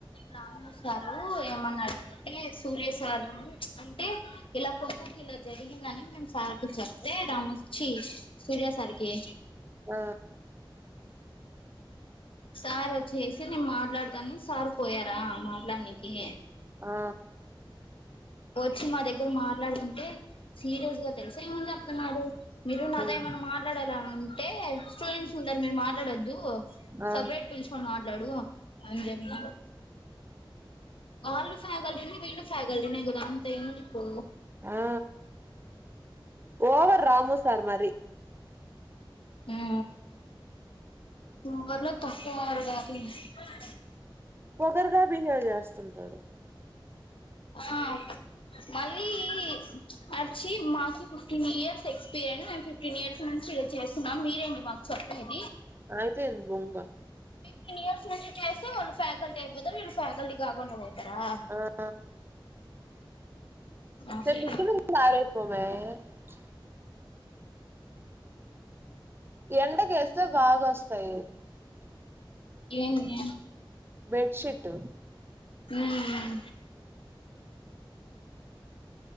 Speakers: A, on the left; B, on the right.
A: రామణ సారూ ఏమన్నాడం అంటే సూర్య సారును అంటే ఇలా కొ కో కిలా జరిగిందని మేము సారికి చెప్తే రామొచ్చి సూర్య సారికి
B: ఆ
A: సార్ వచ్చేసి నేను మాట్లాడతాను సార్ పోయారా మాట్లానికి
B: ఆ
A: వచ్చి మా దగ్గర మాట్లాడుకుంటే సీరియస్ గా తెలుసా ఏమని చెప్తున్నారు మీరు నాతో
B: ఆ
A: ఏమన్నా మాట్లాడాల అంటే స్టూడెంట్స్ ఉన్నారు మీరు మాట్లాడొద్దు
B: ఆ
A: సపరేట్ పిల్చుకొని మాట్లాడు అని చెప్పి ఆళ్లు ఫ్యాకల్టీ పి న్న <unintelligible> ఫకల్టీ ఎకుదా తె పో
B: ఆ ఓవర్ రాము సార్ మరి
A: ఉం ముఊరిలో తక్కువవారు కాదు <unintelligible>
B: పొగరుగా బిహేవ్ చేస్తుంటాడు
A: ఆ మళ్ళీ వచ్చి మాకి ఫిఫ్టీన్ ఇయర్స్ ఎక్స్పీరియన్స్ మేము ఫిఫ్టీన్ ఇయర్స్ నుంచి ఇలా చేస్తున్నాం మీ రెంటి మాకు చెప్పేది
B: ఆయితే ఎంది బొంగా
A: ఫిఫ్టీన్ ఇయర్స్ నుంచి చేస్తే వాళ్ళు ఫ్యాకల్టీ అయిపోతారు వీళ్ళు ఫ్యాకల్టీ కాకుండా పోతారా
B: ఆ
A: అదే
B: స మద్దమంది రపోమే <unintelligible> ఎండకేస్తే బాగా వస్తాయి
A: ఏంది
B: బెడ్షీట్
A: ఉం